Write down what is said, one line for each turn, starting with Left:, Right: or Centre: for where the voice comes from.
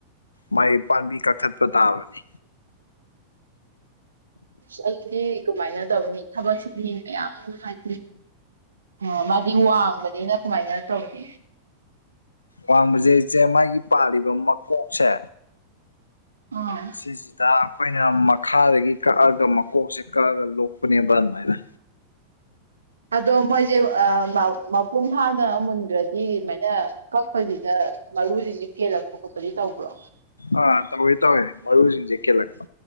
Left: ꯃꯥꯏ ꯄꯥꯝꯕꯤ ꯀꯛꯈꯠꯄ ꯇꯥꯕꯅꯤ
Right: ꯑꯁ ꯑꯗꯨꯗꯤ ꯀꯃꯥꯏꯅ ꯇꯧꯅꯤ ꯊꯕꯛꯁꯤꯗꯤ ꯃꯌꯥꯝ ꯅꯨꯡꯉꯥꯏ ꯑꯣ ꯃꯥꯗꯤ ꯋꯥꯡꯕꯅꯤꯅ ꯀꯃꯥꯏꯅ ꯇꯧꯔꯤ
Left: ꯋꯥꯡꯕꯖꯦ ꯏꯆꯦ ꯃꯥꯒꯤ ꯄꯥꯜꯂꯤꯕ ꯃꯀꯣꯛꯁꯦ
Right: ꯑꯥ
Left: ꯁꯤꯁꯤꯗ ꯑꯩꯈꯣꯏꯅ ꯃꯈꯥꯗꯒꯤ ꯀꯛꯑꯒ ꯃꯀꯣꯛꯁꯦ ꯀꯛꯑꯒ ꯂꯣꯛꯄꯅꯦꯕ ꯑꯗꯨꯃꯥꯏꯅ
Right: ꯑꯗꯣ ꯃꯣꯏꯁꯦ ꯃꯄꯨꯡ ꯐꯥꯅ ꯃꯨꯟꯈ꯭ꯔꯗꯤ ꯑꯗꯨꯃꯥꯏꯅ ꯑꯩꯈꯣꯏꯁꯤꯗ ꯃꯔꯨꯁꯤꯗꯤ ꯀꯦꯜꯂꯛꯄ ꯈꯣꯠꯄꯗꯤ ꯇꯧꯕ꯭ꯔꯣ
Left: ꯑꯥ ꯇꯧꯋꯦ ꯇꯧꯋꯦ ꯃꯔꯨꯁꯤꯡꯁꯦ ꯀꯦꯜꯂꯛꯄ